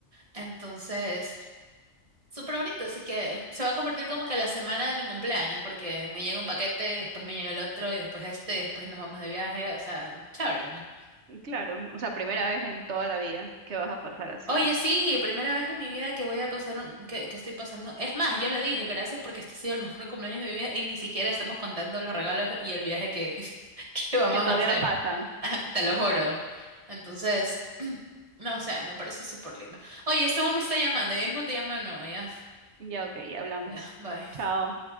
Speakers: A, on the right; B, on the right.
A: Entonces, súper bonito. Así que es- se va a convertir como que la semana de mi cumpleaños, porque me llega un paquete, y después me llega el otro, y después este, y después nos vamos de viaje. O sea, chévere, ¿no?
B: Claro, o sea, primera vez en toda la vida que vas a pasar así.
A: Oye, sí, primera vez en mi vida que voy a pasar, un- que, que estoy pasando. Es más, yo le dije gracias porque este ha sido el mejor <laughs> cumpleaños de mi vida y ni siquiera estamos contando los regalos y el viaje que, <laughs> que vamos
B: Que todavía
A: a hacer.
B: no pasan.
A: <laughs> Te lo juro. Entonces, <clears throat> no sé, me parece súper lindo. Oye, este hombre me está llamando, yo mismo te llamo de nuevo, ya.
B: Ya, ok, ya hablamos.
A: Ya, bye.
B: Chao.